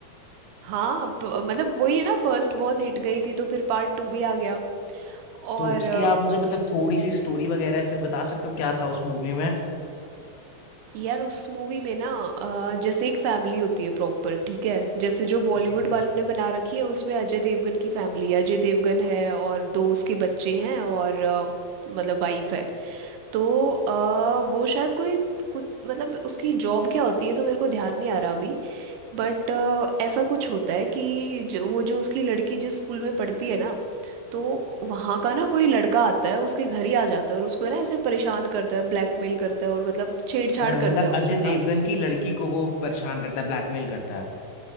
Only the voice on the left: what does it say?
तो उसकी आप मुझे मतलब थोड़ी सी स्टोरी वगैरह से बता सकते हो क्या था उस मूवी में
ओके
मतलब
अजय
देवगन की लड़की को वो परेशान करता है ब्लैकमेल करता है